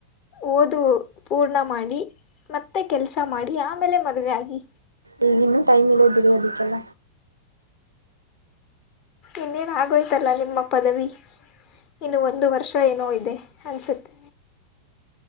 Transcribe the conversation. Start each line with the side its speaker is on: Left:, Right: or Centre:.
Left: ಓದು ಪೂರ್ಣ ಮಾಡಿ ಮತ್ತೆ ಕೆಲಸ ಮಾಡಿ ಆಮೇಲೆ ಮದುವೆ ಆಾಗಿಿ
Right: ಈಗ ಇನ್ನು ಟೈಮ್ ಇದೆ ಬಿಡಿ ಅದಕ್ಕೆಲ್ಲ
Left: ಇನ್ನೇನು ಆಗೋಯ್ತಲ್ಲ ನಿಮ್ಮ ಪದವಿ ಇನ್ನು ಒಂದು ವರ್ಷ ಏನೋ ಇದೆ ಅನಿಸುತ್ತೆ